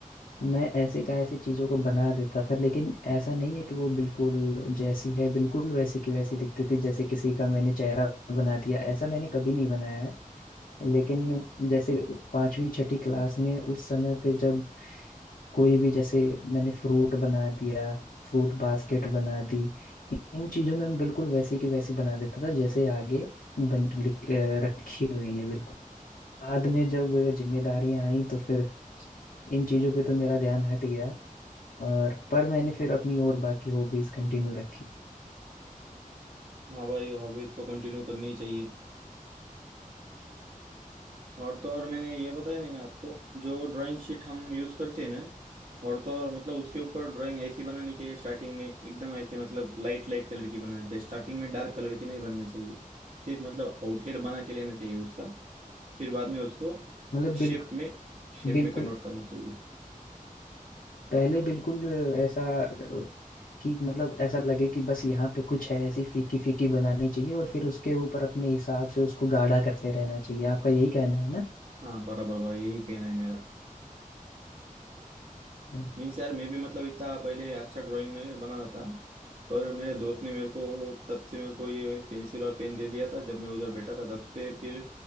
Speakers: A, on the left; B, on the right.
A: मैं ऐसे का ऐसे चीजों को बना देता था लेकिन ऐसा नहीं है कि वो बिल्कुल जैसी है बिल्कुल वैसी की वैसी दिखती थी जैसे किसी का मैंने चेहरा बना दिया ऐसा मैंने कभी नहीं बनाया है लेकिन जैसे पांचवी छठी क्लास में उस समय पे जब कोई भी जैसे मैंने फ्रूट बना दिया फ्रूट बास्केट बना दी इन चीजों में मैं बिल्कुल वैसी की वैसी बना देता था जैसे आगे बन लिख- अ, रखी हुई है बिल्कुल बाद में जब जिम्मेदारियां आई तो फिर इन चीजों पे तो मेरा ध्यान हट गया और पर मैंने फिर अपनी और बाकी हॉबीज कंटिन्यू रखी
B: हाँ भाई हॉबी तो कंटिन्यू करनी ही चाहिए और तो और मैंने ये बताया नहीं ना आपको जो ड्राइंग शीट हम यूज करते हैं ना और तो और मतलब उसके ऊपर ड्राइंग ऐसी बनानी चाहिए स्टार्टिंग में एकदम ऐसे मतलब लाइट लाइट कलर की बनानी चाहिए स्टार्टिंग में डार्क कलर की नहीं बननी चाहिए फिर मतलब आउटलेट बना के लेना चाहिए उसका फिर बाद में उसको
A: मतलब
B: शेप
A: बिल्कुल
B: में शेप
A: बिल्कुल
B: में कन्वर्ट करना चाहिए
A: पहले बिल्कुल ऐसा अ, कि मतलब ऐसा लगे कि बस यहाँ पे कुछ है ऐसी फीकी फीकी बनानी चाहिए और फिर उसके ऊपर अपने हिसाब से उसको गाढ़ा करते रहना चाहिए आपका यही कहना है ना
B: हाँ बराबर बराबर यही कहना है मेरा
A: हम्म।
B: मीन्स यार मैं भी मतलब इतना पहले अच्छा ड्राइंग नहीं बना रहा था पर मेरे दोस्त ने मेरे को तब से मेरे को ये पेंसिल और पेन दे दिया था जब मैं उधर बैठा था तब से फिर